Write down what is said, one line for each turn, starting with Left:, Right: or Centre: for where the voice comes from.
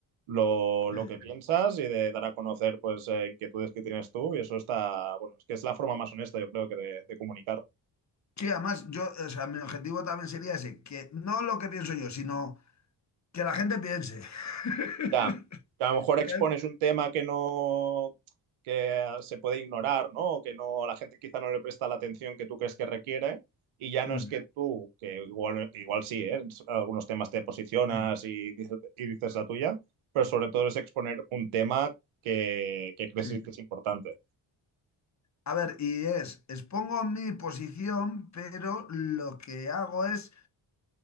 Right: lo,
Left: Sí.
Right: lo que piensas y de dar a conocer pues eh, inquietudes que tienes tú y eso está, bueno, es que es la forma más honesta yo creo que de de comunicar.
Left: Sí, además, yo, o sea, mi objetivo también sería ese, que no lo que pienso yo, sino que la gente piense. <laughs>
Right: Ya, que a lo mejor expones
Left: Que-
Right: un tema que no, que se puede ignorar, ¿no? O que no, la gente quizá no le presta la atención que tú crees que requiere. Y ya no
Left: Mm,
Right: es que tú, que igual, igual sí, ¿eh? En algunos temas te posicionas
Left: mm,
Right: y dices, y dices la tuya, pero sobre todo es exponer un tema que, que crees
Left: Sí.
Right: que es importante.
Left: A ver, y es, expongo mi posición, pero lo que hago es